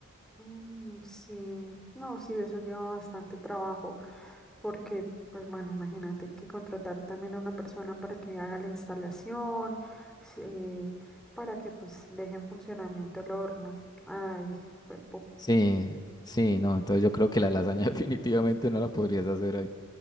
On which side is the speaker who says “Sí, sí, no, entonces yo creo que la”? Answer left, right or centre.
Left